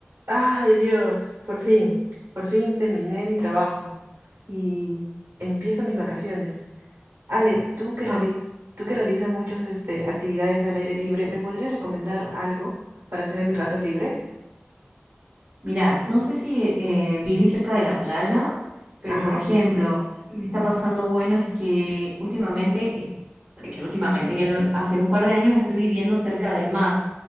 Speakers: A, on the right; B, on the right.
A: Ay, Dios, por fin, por fin terminé mi trabajo y empiezo mis vacaciones. Ale, tú que reali-
B: Ah,
A: tú que realizas muchas este, actividades al aire libre, ¿me podrías recomendar algo para hacer en mis ratos libres?
B: mira, no sé si eh, viví cerca de la playa, pero
A: Ajá.
B: por ejemplo, lo que me está pasando bueno es que últimamente, es- que últimamente, que en- hace un par de años estoy viviendo cerca del mar.